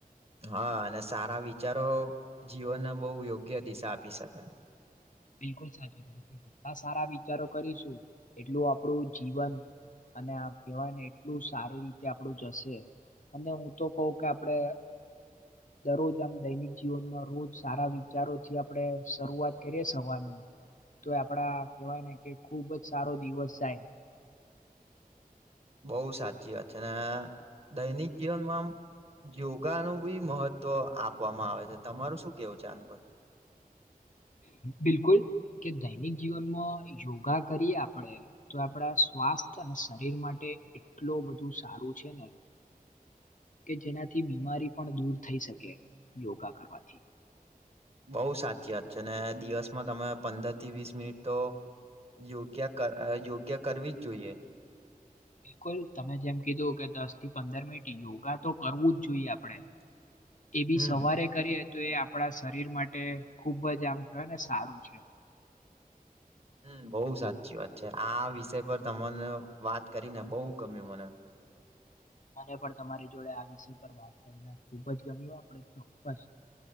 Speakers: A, on the right; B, on the left.
A: હા અને સારા વિચારો જીવનને બહુ યોગ્ય દિશા આપી શકે.
B: બિલકુલ સાચી સારા વિચારો કરીશું એટલું આપણું જીવન અને આ કહેવાને એટલું સારી રીતે આપડું જશે. અને હું તો કહ કે આપડે દરરોજ આમ દૈનિક જીવનમાં રોજ સારા વિચારોથી આપડણે શરૂઆત કરીએ. થવા તો આપડા કવાય ને કે ખુબ જ સારો દિવસ જાય <inaudible>
A: બઉ સાચી વાત છે દૈનિક જીવનમાં આમ યોગાનું બી મહત્વ આપવામાં આવે છે તમારું શું કેવું છેન પર?
B: બિકુલ કે દૈનિક જીવનમાં યોગા કરીએ આપણેે તો આપણા સ્વાસ્થ્ય અને શરીર માટે એટલું બધું સારું છે ને
A: <inaudible>
B: કે જેનાથી બીમારી પણ દૂર થઈ શકે યોગા કરવાથી
A: બઉુ સાચી વાત છે ને દિવસમાં તમે પંદર થી વીસ મિનિટ તો યોગ્ય યોગ્ય કરવી જ જોઈએ.
B: બિલકુલ તમે જેમ કીધું કે દસ થી પંદર મિનિટ યોગા તો કરવું જ જોઈએ આપડે
A: <inaudible>
B: એ બી
A: હમ
B: સવારે કરી તો એ આપણા શરીર માટે ખુબ જ આમ કહેવાય ને સારું છે
A: હમ્મ બહુ સાચી વાત છે આ વિષય પર તમને વાત કરીને બહુ ગમ્યું મને
B: મને પણ તમારી જોડે આ વિષય પર વાત કરી નાખ ખુબ જ ગમ્યું આપડ ચોક્કસ